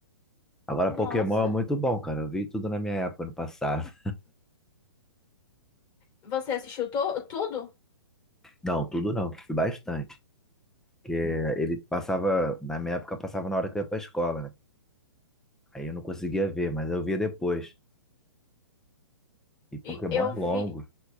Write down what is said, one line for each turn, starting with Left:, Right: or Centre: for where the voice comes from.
Centre: Agora,
Left: Nossa,
Centre: Pokémon é muito bom, cara. Eu vi tudo na minha época, no passado.
Left: você assistiu to tudo?
Centre: <laughs> Não, tudo não. Vi bastante. Porque ele passava, na minha época, passava na hora que eu ia pra escola, né? Aí eu não conseguia ver, mas eu via depois. E Pokémon
Left: E eu
Centre: é longo.
Left: vi